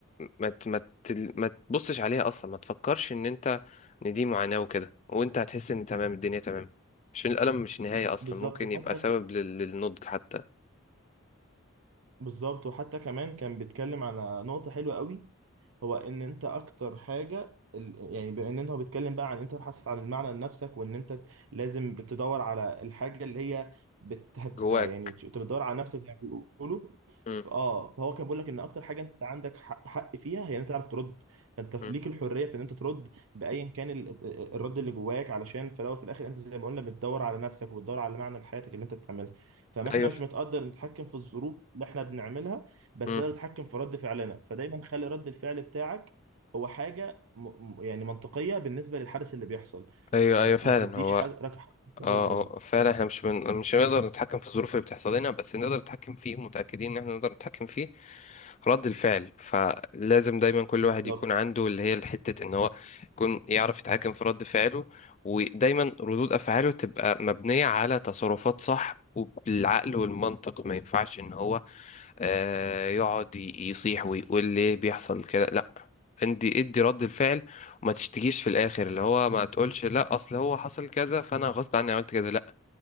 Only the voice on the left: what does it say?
ما ت- ما تل- ما تبصش عليها اصلا ما تفكرش ان انت ان دي معاناة وكده وانت هتحس ان تمام الدنيا تمام عشان الألم مش نهاية اصلا
ممكن
يبقى سبب
لل- للنضج حتى
جواك
مم.
مم.
ايوه
ف...
مم.
ايوه
ايوه
فعلا
هو
اه
اه فعلا احنا مش بن... مش هنقدر نتحكم في الظروف اللي بتحصل لنا بس نقدر نتحكم فيه متأكدين ان احنا نقدر نتحكم فيه رد الفعل فلازم دايما كل
واحد يكون عنده اللي هي الحتة ان هو يكون يعرف يتحكم في رد فعله ودايما ردود افعاله تبقى مبنية على تصرفات صح وبالعقل والمنطق ما ينفعش ان هو آه يقعد ي- يصيح ويقول ليه بيحصل كده لا عندي ادي رد الفعل ما تشتكيش في الاخر اللي هو ما تقولش لا اصل هو حصل كذا فانا غصب عني عملت كذا لا